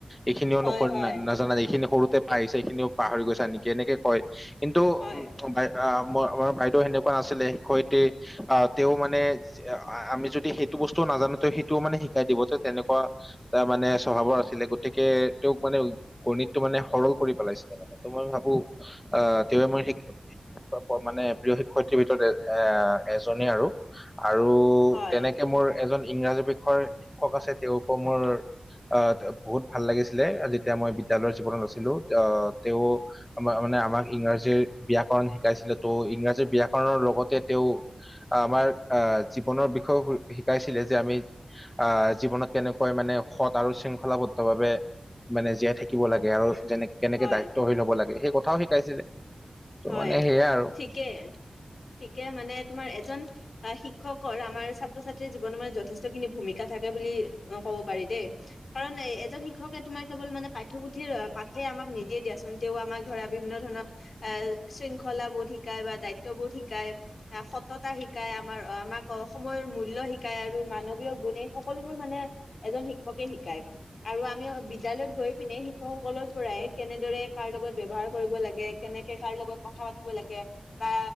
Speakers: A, on the left; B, on the left.
A: এইখিনিও
B: হয়
A: নক
B: হয়
A: নাজানা, এইখিনি সৰুতে পাই আহিছা, এইখিনিও পাহৰি গৈছাঁ নেকি এনেকে কয়। কিন্তু
B: হয়
A: উম্ আহ্ আমাৰ বাইদেউ তেনেকুৱা নাছিলে, শিক্ষয়ত্ৰী আহ্ তেওঁ মানে, আমি যদি সেইটো বস্তু নাজানোঁ, তেওঁ সেইটোও মানে শিকাই দিব যে তেনেকুৱা, তাৰ মানে স্বভাৱৰ আছিলে, গতিকে তেওঁক মানে গণিতটো মানে সৰল কৰি পেলাইছিলে। ত মই ভাবোঁ অ', তেওঁ আমাৰ শিক্ষ মানে প্ৰিয় শিক্ষয়িত্ৰীৰ ভিতৰত এ এজনীয়ে আৰু, আৰু
B: হয়
A: তেনেকে মোৰ এজন ইংৰাজী বিষয়ৰ শিক্ষক আছে, তেওঁকো মোৰ- অ', বহুত ভাল লাগিছিলে, যেতিয়া মই বিদ্যালয়ৰ জীৱনত আছিলোঁ, অ', তেওঁ- আমাৰ মানে, আমাক ইংৰাজীৰ ব্যায়কৰণ শিকাইছিলে, ত' ইংৰাজীৰ ব্যায়কৰণৰ লগতে তেওঁ- আমাৰ আহ্ জীৱনৰ বিষয়েও- শিকাইছিলে যে আমি অ', জীৱনত কেনেকৈ মানে সৎ আৰু শৃংখলাবদ্ধ ভাৱে, মানে জীয়াই থাকিব লাগে আৰু যেনে কেনেকে
B: হয়
A: দায়িত্বশীল হ'ব লাগে, সেই কথাও শিকাইছিলে। ত'
B: হয়
A: মানে সেয়াই আৰু
B: ঠিকে, ঠিকে মানে তোমাৰ এজন- আহ্ শিক্ষকৰ আমাৰ ছাত্ৰ-ছাত্ৰীৰ জীৱনৰ মান যথেষ্টখিনি ভূমিকা থাকে বুলি ক'ব পাৰি দেই। কাৰণ এজন শিক্ষকে তোমাৰ কেৱল মানে পাঠ্যপুথিৰ পাঠে আমাক নিদিয়ে দিয়াচোন। তেওঁ আমাক ধৰা বিভিন্ন ধৰণৰ, আহ্ শৃংখলাবোৰ শিকাই বা দায়িত্ব বোৰ শিকায়, সততা শিকায়। শিকাই আমাৰ আমাক সময়ৰ মূল্য শিকাই আৰু মানৱীয় গুণ এই সকলোবোৰ মানে- এজন শিক্ষকে শিকায়। আৰু আমি বিদ্যালয়ত গৈ পিনে শিক্ষকসকলৰ পৰাই কেনেদৰে কাৰ লগত ব্যৱহাৰ কৰিব লাগে, কেনেকে কাৰ লগত কথা পাতিব লাগে, বা